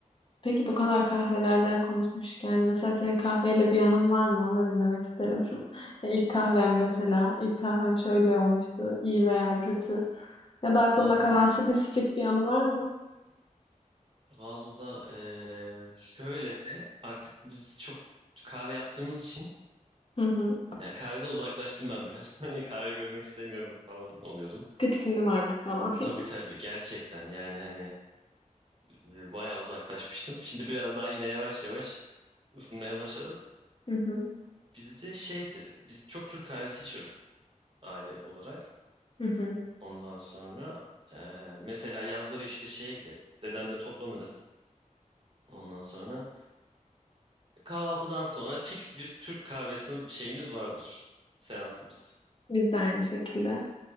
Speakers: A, on the left; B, on the right.
A: Peki bu kadar kahvelerden konuşmuşken mesela senin kahveyle bir yanın var mı? Onu da dinlemek isterim. <laughs> Ya İlk kahvem mesela. İlk kahvem şöyle olmuştu. iyi veya kötü. Ya da aklında
B: Valla,
A: kalan spesifik bir anı var mı?
B: valla eee, şöyle artık biz çok kahve yaptığımız için
A: Hı hı.
B: yani kahveden uzaklaştım ben biraz. <laughs> Hani kahve görmek istemiyorum falan oluyordum.
A: Tiksindim artık falan. <laughs>
B: Tabii tabii gerçekten yani hani e, bayağı uzaklaşmıştım. Şimdi biraz daha yine yavaş yavaş ısınmaya başladım.
A: Hı hı.
B: Bizde şeydir, biz çok Türk kahvesi içiyoruz. aile olarak.
A: Hı hı.
B: Ondan sonra eee, mesela yazları işte şeye gideriz. Dedemde toplanırız. Ondan sonra kahvaltıdan sonra fix bir Türk kahvesi şeyimiz vardır. Seansımız.
A: Biz de aynı şekilde.